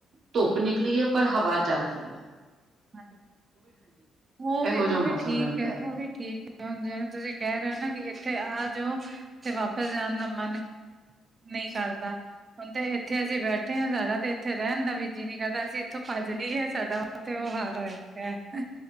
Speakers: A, on the right (about 55°); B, on the right (about 35°).
A: ਧੁੱਪ ਨਿਕਲੀ ਐ। ਪਰ ਹਵਾ ਚੱਲ ਰਹੀ ਐ।
B: ਹਾਂਜੀ, ਉਹ
A: ਇਹੋ
B: ਵੀ,
A: ਜਿਹਾ
B: ਉਹ
A: ਮੌਸਮ
B: ਵੀ ਠੀਕ
A: ਰਹਿੰਦਾ।
B: ਐ।
A: ਹੈ।
B: ਉਹ ਵੀ ਠੀਕ ਐ। ਕਿ ਜਿਵੇਂ ਤੁਸੀਂ ਕਹਿ ਰਹੇ ਹੋ ਨਾਂ ਕਿ ਇੱਥੇ ਆ ਜਾਓ ਤੇ ਵਾਪਿਸ ਜਾਣ ਦਾ ਮਨ ਕੀ ਨਹੀਂ ਕਰਦਾ। ਹੁਣ ਤੇ ਇੱਥੇ ਅਸੀਂ ਬੈਠੇ ਆਂ, ਸਾਡਾ ਤੇ ਇੱਥੇ ਰਹਿਣ ਦਾ ਵੀ ਜੀਅ ਨੀਂ ਕਰਦਾ। ਅਸੀਂ ਇੱਥੋਂ ਭੱਜ ਲਈਏ ਸਾਡਾ ਤੇ ਉਹ ਹਾਲ ਹੋਇਆ ਪਿਆ।